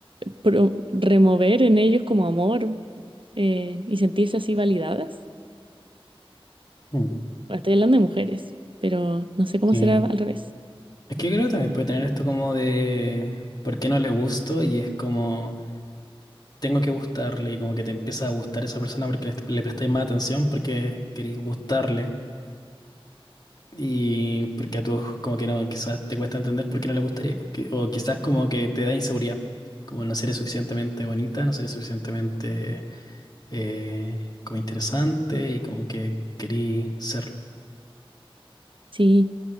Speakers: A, on the right (about 60°); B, on the left (about 45°).
A: pro- remover en ellos como amor eh, y sentirse así validadas.
B: mm.
A: Bueno, estoy hablando de mujeres, pero no sé cómo
B: Sí,
A: será al revés.
B: Es que yo creo que también puede tener esto como de por qué no le gusto y es como tengo que gustarle y como que te empieza a gustar esa persona porque le, le prestáis más atención porque queréis gustarle y porque a tú como que no, quizás te cuesta entender por qué no le gustaría porque- o quizás como que te da inseguridad, como no seré suficientemente bonita, no seré suficientemente eh, como interesante y como que querí serlo.
A: Sí,